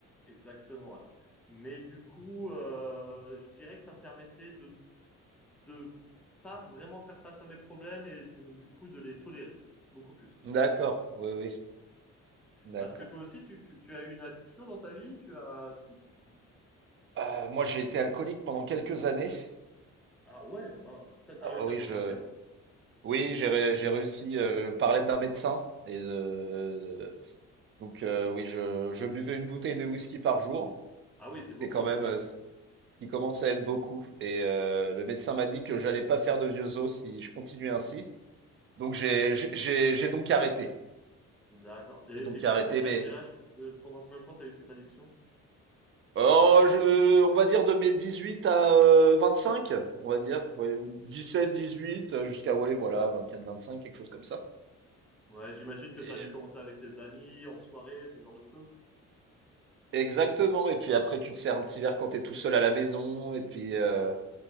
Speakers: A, in the centre; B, on the right (about 40°).
A: Exactement, ouais. Mais du coup, euh, je dirais que ça me permettait de de pas vraiment faire face à mes problèmes et donc, du coup de les tolérer beaucoup plus.
B: D'accord, oui, oui, d'accord.
A: Parce que toi aussi, tu, tu, tu as eu une addiction dans ta vie, tu as... Tu, tu-
B: Heu, moi, j'ai été alcoolique pendant quelques années.
A: Ah ouais, bah, t'as t'as
B: Ah
A: réussi
B: ouais, oui,
A: à t'en
B: je
A: sortir?
B: oui, j'ai ré j'ai réussi, heu, par l'aide d'un médecin et heu, donc heu, oui, je je buvais une bouteille de whisky par jour.
A: Ah oui, c'est
B: C'était
A: beaucoup
B: quand
A: en
B: même,
A: effet.
B: heu, ce ce qui commence à être beaucoup et heu, le médecin m'a dit que j'allais pas faire de vieux os si je continuais ainsi. Donc j'ai j'ai j'ai j'ai donc arrêté.
A: D'accord. Et
B: J'ai donc
A: et t'as
B: arrêté,
A: commencé
B: mais
A: à quel âge? Euh, Pendant combien de temps t'as eu cette addiction?
B: Oh, je, on va dire de mes 18 à euh, 25, on va dire. Ouais, 17, 18, euh, jusqu'à, ouais, voilà, 24, 25, quelque chose comme ça.
A: Ouais, j'imagine que
B: Et-
A: ça a dû commencer avec les amis, en soirée, ce genre de choses.
B: exactement. Et puis après, tu te sers un petit verre quand t'es tout seul à la maison. Et puis, euh,